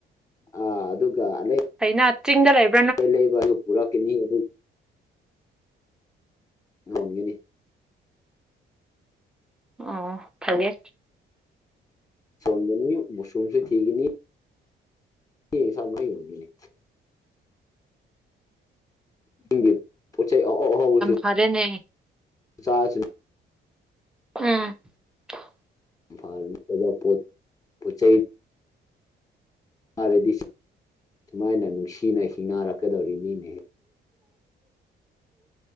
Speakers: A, on the left; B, in the centre.
A: ꯑ ꯑꯗꯨꯒ ꯑꯗꯩ
B: ꯑꯩꯅ ꯆꯤꯡꯗ ꯂꯩꯕ
A: ꯀ ꯂꯩꯕ ꯑꯗꯨ ꯄꯨꯔꯛꯀꯅꯤ ꯑꯗꯨꯝ ꯌꯣꯟꯒꯅꯤ
B: ꯑꯣ ꯐꯂꯦ
A: ꯁꯣꯟꯒꯅꯤ ꯃꯨꯁꯔꯨꯝꯁꯨ ꯊꯤꯒꯅꯤ ꯏꯟꯁꯥꯡ ꯂꯣꯏ ꯌꯣꯟꯒꯅꯤ ꯄꯤꯒꯦ ꯄꯣꯠꯆꯩ ꯑꯍꯥꯎ ꯑꯍꯥꯎꯕꯁꯨ
B: ꯐꯥꯔꯦꯅꯦ
A: ꯆꯥꯁꯅꯨ
B: <unintelligible>
A: ꯏꯝꯐꯥꯜ ꯅꯠꯇꯕ ꯄꯣꯠ ꯄꯣꯠꯆꯩ ꯐꯥꯔꯗꯤ ꯁꯨꯃꯥꯏꯅ ꯅꯨꯡꯁꯤꯅ ꯍꯤꯡꯅꯔꯛꯀꯗꯧꯔꯤꯅꯤꯅꯦꯍꯦ